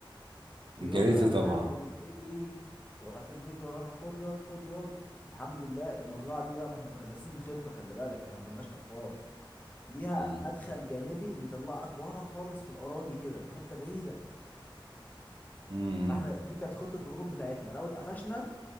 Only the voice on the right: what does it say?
جريت طبعا
امم
امم